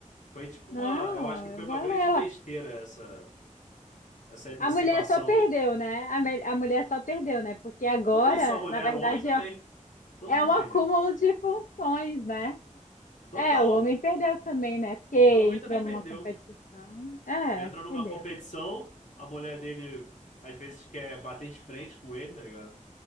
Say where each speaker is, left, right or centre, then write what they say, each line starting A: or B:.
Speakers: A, on the left; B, on the left.
A: Foi tipo
B: Não,
A: uma, eu acho que foi
B: valela.
A: uma grande besteira essa, essa emancipação.
B: A mulher só perdeu, né? A, mel- a mulher só perdeu, né? Porque agora,
A: Não foi só a mulher,
B: na verdade,
A: o homem também.
B: é,
A: Todo
B: é
A: mundo
B: um acúmulo
A: perdeu.
B: de funções, né?
A: Total.
B: É, o homem perdeu também, né? Porque entra
A: E o homem também
B: numa
A: perdeu.
B: competição. É,
A: Entra numa
B: perdeu.
A: competição, a mulher dele às vezes quer bater de frente com ele, tá ligado?